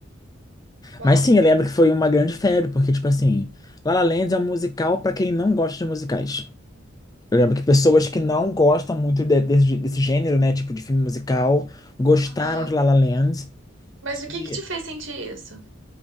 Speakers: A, on the right (about 65°); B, on the left (about 20°).
A: Uau.
B: Mas sim, eu lembro que foi uma grande febre, porque, tipo assim, La La Land é um musical pra quem não gosta de musicais. Eu lembro que pessoas que não gostam muito de- desse, desse gênero, né, tipo de filme musical, gostaram
A: Aham.
B: de La La Land.
A: Mas o que
B: E,
A: que te fez sentir isso?